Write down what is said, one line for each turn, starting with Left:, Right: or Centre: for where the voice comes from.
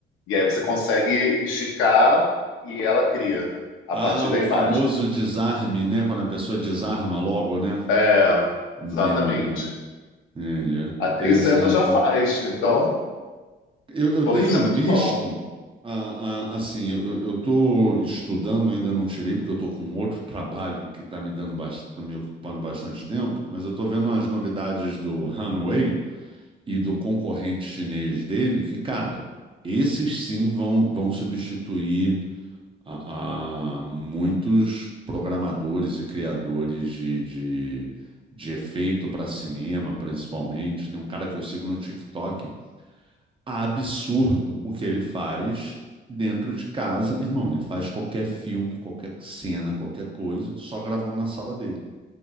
Left: E aí você consegue esticar e ela cria a
Right: Ah,
Left: partir
Right: o
Left: da imagem.
Right: famoso desarme, né? Quando a pessoa desarma logo, né?
Left: É,
Right: Entendi,
Left: exatamente.
Right: entendi.
Left: Até
Right: Interessante.
Left: isso ela já faz.
Right: hein?
Left: Então,
Right: Eu, eu
Left: pô,
Right: tenho
Left: isso é muito
Right: visto,
Left: bom.
Right: ah, ah, assim, eu estou estudando, ainda não tirei, porque eu estou com outro trabalho que está me dando bastante, me ocupando bastante tempo, mas eu estou vendo as novidades do Hanwei e do concorrente chinês dele, que, cara, esses sim vão, vão substituir a, a muitos programadores e criadores de, de, de efeito para cinema, principalmente. Tem um cara que eu sigo no TikTok absurdo o que ele faz dentro de casa, meu irmão. Ele faz qualquer filme, qualquer cena, qualquer coisa, só gravando na sala dele,